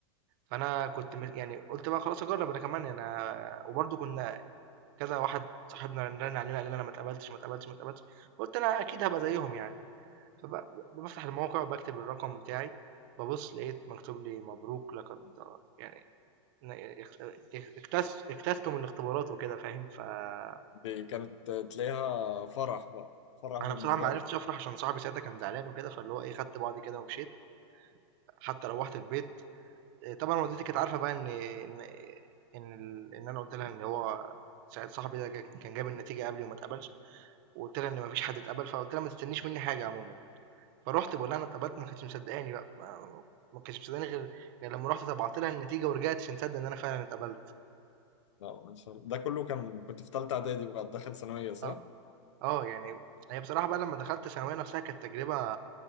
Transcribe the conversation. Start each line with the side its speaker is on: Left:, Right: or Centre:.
Right: فأنا كنت م يعني قُلت بقى خلاص أجرّب أنا كمان يعني أنا وبرضه كنا كذا واحد صاحبنا رَن علينا قال لنا أنا ما اتقبلتش، ما اتقبلتش، ما اتقبلتش، فقُلت أنا أكيد هابقى زيّهم يعني. فب بافتح الموقع وباكتب الرقم بتاعي، بابُص لقيت مكتوب لي مبروك لقد يعني ن اخت اك اكتس اجتزتم الاختبارات وكده فاهم، فأنا
Left: دي كانت تلاقيها فرح بقى فرح بالنسبة
Right: بصراحة ما عرفتش
Left: لك
Right: أفرح عشان صاحبي ساعتها كان زعلان وكده، فاللي هو إيه خدت بعضي كده ومشيت، حتى روّحت البيت آآ، طبعًا والدتي كانت عارفة بقى إن إن إن ال إن أنا قُلت لها إن هو ساعة صاحبي ده ج كان جاب النتيجة قبلي وما اتقبلش، وقُلت لها إن ما فيش حد اتقبل، فقُلت لها ما تستنيش منّي حاجة عمومًا. فرُحت باقول لها أنا اتقبلت ما كانتش مصدقاني بقى، ما ما كانتش مصدقاني غير غير لمّا رُحت طبعت لها النتيجة ورجعت عشان تصدق إن أنا فعلًا اتقبلت.
Left: لا ما شاء الله ده كله كان كنت في تالتة إعدادي بقى داخل ثانوية صح؟
Right: آه، آه، يعني هي بصراحة بقى لمّا دخلت الثانوية نفسها كانت تجربة